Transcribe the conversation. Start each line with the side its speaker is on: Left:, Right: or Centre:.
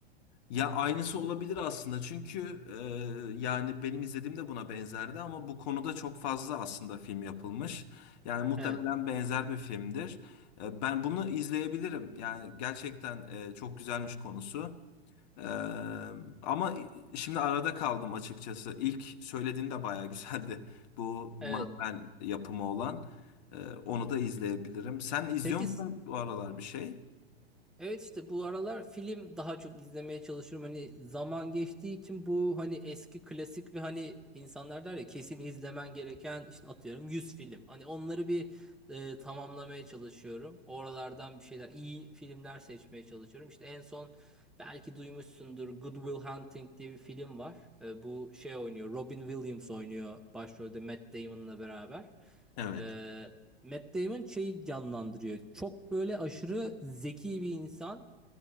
Left: Ya aynısı olabilir aslında çünkü e, yani benim izlediğim de buna benzerdi ama bu konuda çok fazla aslında film yapılmış. Yani muhtemelen
Centre: Evet.
Left: benzer bir filmdir. E, ben bunu izleyebilirim. Yani gerçekten e, çok güzelmiş konusu. E, ama şimdi arada kaldım açıkçası. İlk söylediğin de bayağı güzeldi. Bu
Centre: Evet.
Left: Marvel yapımı olan. E, onu da izleyebilirim. Sen izliyor
Centre: Peki
Left: musun bu aralar bir şey?
Centre: Evet işte bu aralar film daha çok izlemeye çalışıyorum. Hani zaman geçtiği için bu hani eski klasik ve hani insanlar der ya kesin izlemen gereken işte atıyorum 100 film. Hani onları bir e, tamamlamaya çalışıyorum. Oralardan bir şeyler iyi filmler seçmeye çalışıyorum. İşte en son belki duymuşsundur Good Will Hunting diye bir film var. E, bu şey oynuyor Robin Williams oynuyor başrolde Matt Damon'la beraber.
Left: Evet.
Centre: E, Matt Damon şeyi canlandırıyor. Çok böyle aşırı zeki bir insan